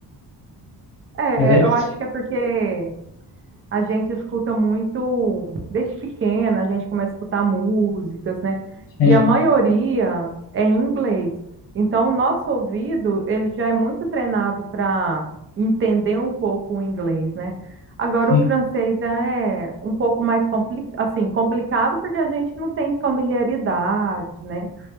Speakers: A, on the right; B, on the left.
A: É,
B: mas é isso.
A: eu acho que é porque a gente escuta muito, desde pequena, a gente começa a escutar músicas, né?
B: Sim,
A: E a maioria é em inglês. Então, o nosso ouvido, ele já é muito treinado para entender um pouco o inglês, né? Agora,
B: sim,
A: o francês é um pouco mais compli assim, complicado porque a gente não tem familiaridade, né?